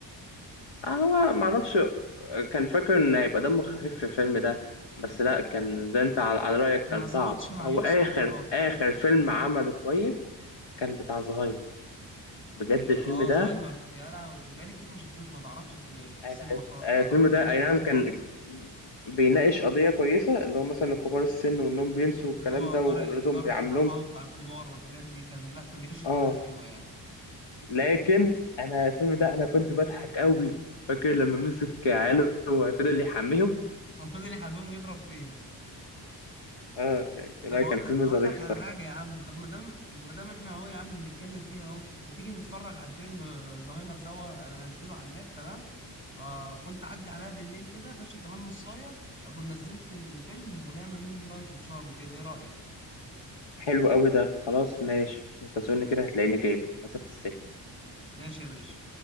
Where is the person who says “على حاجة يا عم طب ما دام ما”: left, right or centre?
Left